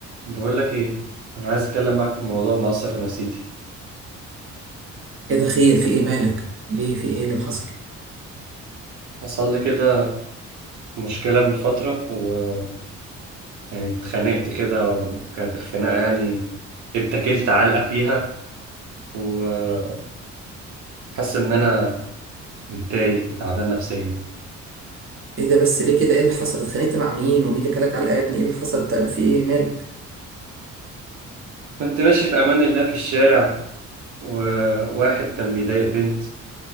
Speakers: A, on the right (about 75°); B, on the right (about 45°).
A: بقول لك ايه انا عايز اتكلم معاك في موضوع مؤثر في نفسيتي
B: ايه ده خير في ايه مالك ليه في ايه اللي محصل
A: حصل لي كده مشكله من فتره ويعني اتخانقت كده وكانت الخناقه يعني اتكلت علقه فيها وحاسس ان انا متضايق وتعبان نفسيا
B: ايه ده بس ليه كده ايه اللي حصل اتخانقت مع مين ومين اللي كلك علقه يا ابني ايه اللي حصل ت- في ايه مالك
A: كنت ماشي في امان الله في الشارع وواحد كان بيضايق بنت